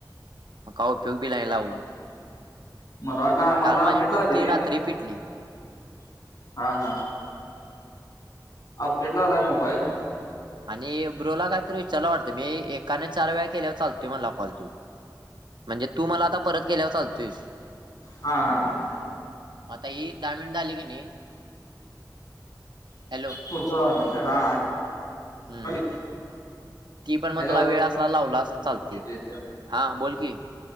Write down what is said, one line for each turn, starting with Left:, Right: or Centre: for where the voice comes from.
Right: मग उपयोगबी नाही लावून
Left: मला वाट मला
Right: काल माझी
Left: अपडेट ला
Right: टूप
Left: आले
Right: ती
Left: रे
Right: रात्री
Left: मला
Right: पिटली.
Left: हा हा अपडेट ला आलाय मोबाईल
Right: आणि ब्रोला कायतरी विचारयला वाटतं मी एकाने चार वेळा केल्यावर चालतय मला कॉल तो म्हणजे तू मला आता परत चालतोयस
Left: हा हा हा
Right: आता ही दहा मिनिट झाली की नाही हॅलो
Left: पुढचं काय म्हणते हा
Right: हम्म
Left: ऐक
Right: ती पण मग
Left: हॅलो
Right: तुला वेळ अस लावला अस चालते
Left: येतो येतो
Right: हा बोल की